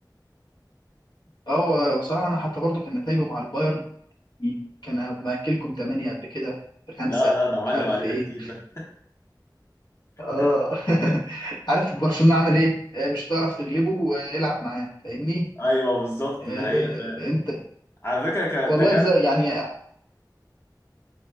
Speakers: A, on the left; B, on the left.
A: هو بصراحه انا حتى برضو كان نتائجه مع البايرن كان مأكلكم تمانية قبل كده بخمسة
B: لا لا ده معلم
A: مش عارف
B: علينا
A: في ايه
B: كتير ده
A: اه
B: <laughs>
A: <laughs> عارف برشلونة عمل ايه؟ آه، مش هتعرف تغلبه والعب معاه فاهمني؟
B: ايوه بالظبط
A: آه،
B: ده حقيقه فعلا
A: انت
B: على فكره ك-
A: والله
B: ده كان
A: بزي يعني